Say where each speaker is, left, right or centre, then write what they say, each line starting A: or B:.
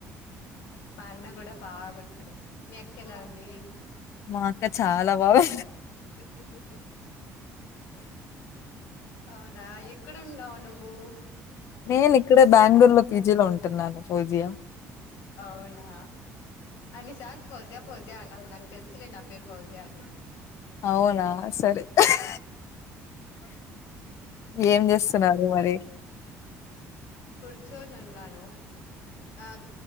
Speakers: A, on the left; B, on the left.
A: మా అన్న కూడా బాగాఉన్నాడు. మీ అక్క ఎలా ఉంది.
B: మా అక్క చాలా బాగా
A: అవునా ఎక్కడ ఉన్నావ్ నువ్వు ఓ
B: నేను ఇక్కడే బెంగళూరు లో పీజీలో ఉంటున్నాను. ఫోజియ
A: అవునా అన్నిసార్లు ఫోజియా ఫోజియా అం నాక్ నాకు తెలుసులే నా పేరు ఫోజియా అనీ
B: అవునా సరే ఉహ్ ఏం చేస్తున్నారు మరి
A: ర్చొని ఉన్నాను ఆహ్